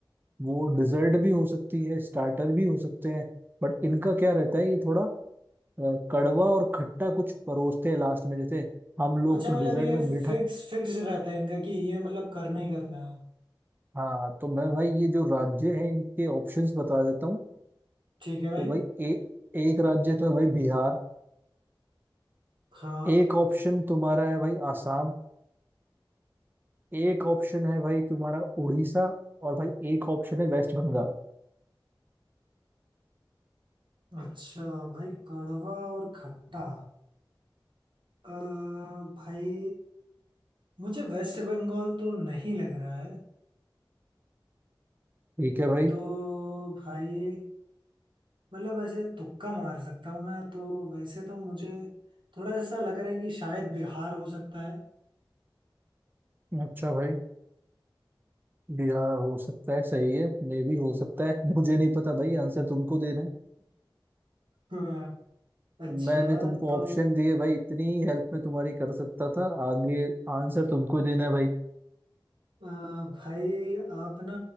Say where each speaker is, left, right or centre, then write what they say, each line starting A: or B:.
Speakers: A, on the right; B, on the right.
A: वो डिजर्ट भी हो सकती है स्टार्टर भी हो सकते हैं बट इनका क्या रहता है ये थोड़ा अ, कड़वा और खट्टा कुछ परोसते हैं लास्ट में जैसे हम लोग
B: अच्छा
A: तो
B: मतलब
A: डिजर्ट
B: ये
A: में मीठा
B: फिक्स फिक्स रहता है इनका कि ये मतलब करना ही करना है
A: हाँ तो मैं भाई ये जो राज्य है इनके ऑप्शंस बता देता हूँ
B: ठीक है भाई
A: तो भाई ए, एक राज्य तो है भाई बिहार
B: हाँ
A: एक ऑप्शन तुम्हारा है भाई आसाम एक ऑप्शन है भाई तुम्हारा उड़ीसा और भाई एक ऑप्शन है वेस्ट बंगाल
B: अच्छा भाई कड़वा और खट्टा अ, भाई मुझे वेस्ट बंगाल तो नहीं लग रहा है
A: ठीक है भाई
B: तो भाई मतलब ऐसे तुक्का मार सकता हूँ मैं तो वैसे तो मुझे थोड़ा ऐसा लग रहा है कि शायद बिहार हो सकता है
A: अच्छा भाई बिहार हो सकता है सही है मे भी हो सकता है <laughs> मुझे नहीं पता भाई आंसर तुमको देना है
B: हाँ, अच्छा
A: मैंने तुमको
B: तो
A: ऑप्शन दिए भाई इतनी हेल्प में तुम्हारी कर सकता था आगे आंसर तुमको देना है भाई
B: अ, भाई आप ना